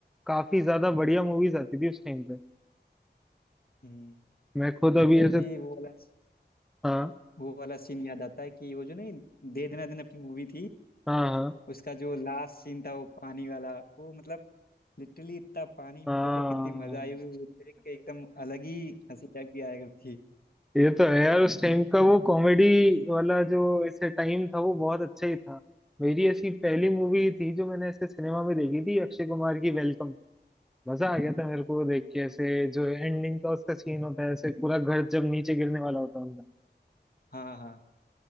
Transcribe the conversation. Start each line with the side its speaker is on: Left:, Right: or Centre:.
Centre: काफी ज्यादा बढ़िया मूवीज आती थी उस टाइम पे
Left: हम्म
Centre: मैं खुद अभी
Left: मुझे अभी
Centre: ऐसे
Left: वो वाला
Centre: हाँ
Left: वो वाला सीन याद आता है कि वो जो नहीं दे दना दन अपनी मूवी थी
Centre: हाँ हाँ
Left: उसका जो लास्ट सीन था वो पानी वाला वो मतलब लिटरली इतना पानी में
Centre: हाँ
Left: उन लोगों को कितनी मजा आई वो देख के एकदम अलग ही हंसी टाइप की आया करती
Centre: ये तो है यार उस टाइम का वो कॉमेडी वाला जो ऐसे टाइम था वो बहुत अच्छा ही था मेरी ऐसी पहली मूवी थी जो मैंने ऐसे सिनेमा में देखी थी अक्षय कुमार की वेलकम मजा आ गया था मेरे को वो देख के ऐसे जो एंडिंग का उसका सीन होता है ऐसे पूरा घर जब नीचे गिरने वाला होता है उनका
Left: हाँ हाँ हाँ।